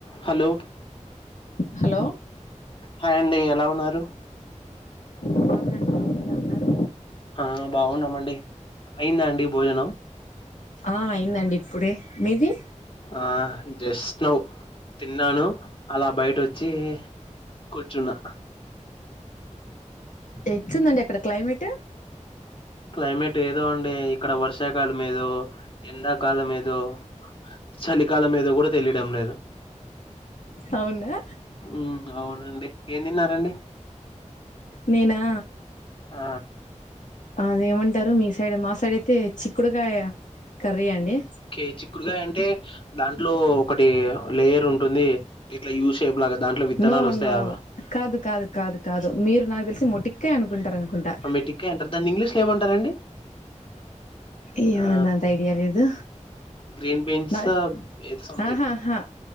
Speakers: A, on the left; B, on the left.
A: Hello
B: hello
A: hi అండి ఎలా ఉన్నారు
B: అవునండి ఎలా ఉన్నారు
A: ఆ బావున్నామండి అయిందా అండి భోజనం
B: ఆ అయిందండి ఇప్పుడే మీది
A: ఆ జస్ట్ నౌ తిన్నాను అలా బయట వచ్చి కూర్చున్న
B: ఎట్లుదండి అక్కడ క్లైమేట్
A: క్లైమేట్ ఏదో అండి ఇక్కడ వర్షాకాలం ఏదో ఎండాకాలం ఏద్ దో చలికాలం ఏదో కూడా తెలియడం లేదు
B: అవునా
A: మ్ అవునండి ఏం తిన్నారండి
B: నేనా
A: ఆ
B: అదేమంటారు మీ సైడ్ మా సైడ్ అయితే చిక్కుడుగాయ కర్రీ అండి
A: కే చిక్కుడుగాయ అంటే దాంట్లో ఒకటి లేయర్ ఉంటుంది ఇట్లా యూ షేప్ లాగా దాంట్లో విత్తనాలు
B: నో
A: వస్తాయ్
B: నో
A: అవ
B: కాదు కాదు కాదు కాదు మీరు నాకు తెలిసి మొటిక్కే అనుకుంటారు అనుకుంటా
A: ఆ మెటిక్కే అంటారు దాన్ని ఇంగ్లీష్లో ఏమంటారండి
B: ఎమోనండి
A: ఆ
B: అంత ఐడియా లేదు
A: గ్రీన్ బీన్సా
B: నా
A: ఎదో సథింగ్
B: ఆహాహా